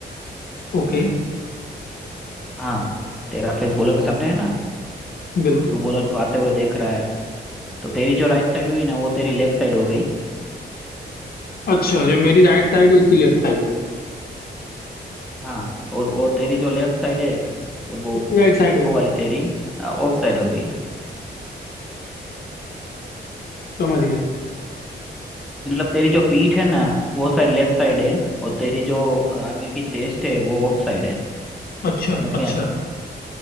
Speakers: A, on the left; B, in the centre.
A: ओके
B: हाँ तेरा फेस बॉलर के सामने है ना
A: बिल्कुल
B: तू बॉलर को आते हुए देख रहा है तो तेरी जो राइट साइड हुई ना वो तेरी लेग साइड हो गई
A: अच्छा जो मेरी राइट साइड है उसकी लेफ्ट साइड हो गई
B: हाँ और वो तेरी जो लेफ्ट साइड है मतलब वो
A: उसकी राइट साइड हो
B: वो
A: गई
B: वाली तेरी ऑफ साइड हो गई
A: समझ गया
B: मतलब तेरी जो पीठ है ना वो साइड लेफ्ट साइड है और तेरी जो आगे की चेस्ट है वो ऑफ साइड है
A: अच्छा
B: समझ
A: अच्छा
B: गया